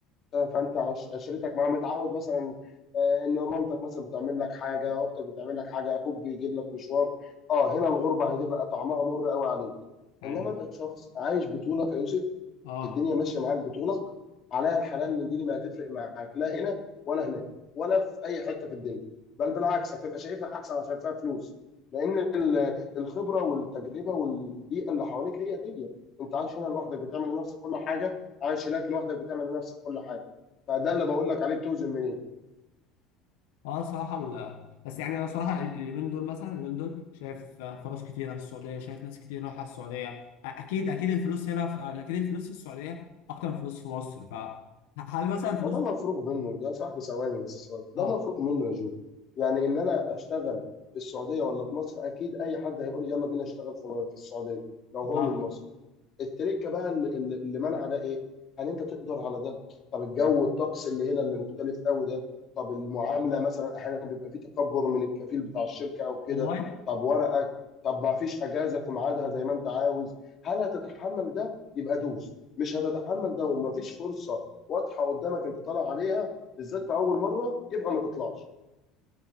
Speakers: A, on the left (about 35°); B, on the left (about 85°).
A: آه، فانت عش- عشرتك معاه متعود مثلا آه، ان مامتك مثلا بتعمل لك حاجه اختك بتعمل لك حاجه اخوك بيجيب لك مشوار اه هنا الغربه هتبقى طعمها مر قوي عليك
B: حلو
A: انما انت شخص عايش بطولك يا يوسف
B: اه
A: الدنيا ماشيه معاك بطولك عليا الحلال من ديني ما هتفرق معاك لا هنا ولا هناك ولا في اي حته في الدنيا بل بالعكس هتبقى شايفها احسن عشان فيها فلوس لان ال- الخبره والتجربه والبيئه اللي حواليك هي هي انت عايش هنا لوحدك بتعمل لنفسك كل حاجه عايش هناك لوحدك بتعمل لنفسك كل حاجه فده اللي بقول لك عليه بتوزن منين
B: اه صراحة ال... بس يعني انا صراحة ال- اليومين دول مثلا اليومين دول شايف فرص كتيرة في السعودية شايف ناس كتير رايحة السعودية أ- اكيد اكيد الفلوس هنا في... اكيد الفلوس في السعودية اكتر من الفلوس في مصر فهل مثلا الفلوس
A: وده مفروغ منه يا صاحبي ثواني بس ثواني ده
B: اه
A: مفروغ منه يا جو يعني ان انا اشتغل في السعوديه ولا في مصر اكيد اي حد هيقول يلا بينا اشتغل في في السعوديه لو هو
B: اه
A: من مصر التركه بقى اللي, اللي اللي منع ده ايه؟ هل انت تقدر على ده؟ طب الجو الطقس اللي هنا اللي مختلف قوي ده، طب المعامله مثلا احيانا بيبقى في تكبر من الكفيل بتاع الشركه او كده،
B: والله
A: طب ورقك، طب ما فيش اجازه في ميعادها زي ما انت عاوز، هل هتتحمل ده؟ يبقى دوس، مش هتتحمل ده وما فيش فرصه واضحه قدامك انت طالع عليها بالذات في اول مره يبقى ما تطلعش.